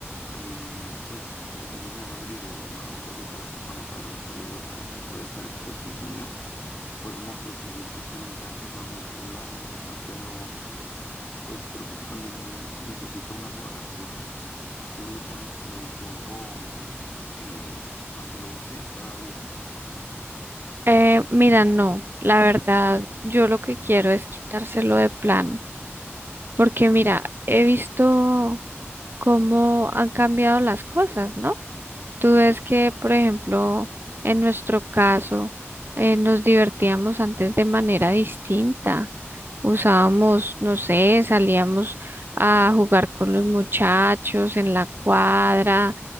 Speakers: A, on the left (about 70°); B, on the right (about 50°).
A: También, pues, dependiendo de dónde vive uno, ¿no? Creo que cada persona sabe los peligros a los que puede estar expuesto un niño. Podemos preferir que estén en casa usando el celular o el iPad, pero... Pues creo que eso también necesita una moderación. Tú le pones como un tiempo eh, para que lo use cada día.
B: Eh, mira, no, la verdad, yo lo que quiero es quitárselo de plano, porque mira, he visto cómo han cambiado las cosas, ¿no? Tú ves que, por ejemplo, en nuestro caso, eh, nos divertíamos antes de manera distinta. Usábamos, no sé, salíamos a jugar con los muchachos en la cuadra,